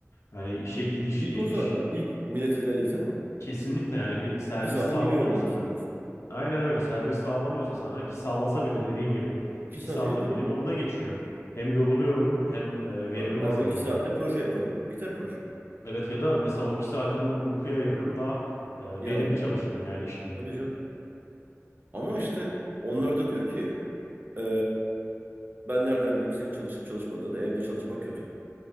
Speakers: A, on the left (about 65°); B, on the right (about 40°).
A: Yani işe gidiş
B: İlk
A: geliş
B: o zaten. İlk milleti delirten o.
A: kesinlikle yani bir servis
B: İki saatim
A: sağlamıyorsa
B: niye yolda gitsin diyorsun.
A: Aynen öyle. Servis sağlamıyorsa sana ki sağlasa bile dediğin gibi
B: İki
A: iki
B: saatin
A: saatim
B: yolda gidiyor.
A: benim yolda geçiyor. Hem yoruluyorum hem e, verimim
B: Ha, ben
A: azalıyor
B: o iki saatte
A: benim.
B: proje yaparım. Biter proje.
A: Evet ya da mesela o iki saatimi uykuya ayırırım daha e,
B: Yani
A: verimli çalışırım yani işimde.
B: tabii canım. Ama
A: Peki
B: işte onlar
A: hı.
B: da diyor ki e, ben nereden bileyim senin çalışıp çalışmadığını evde çalışmak kötü.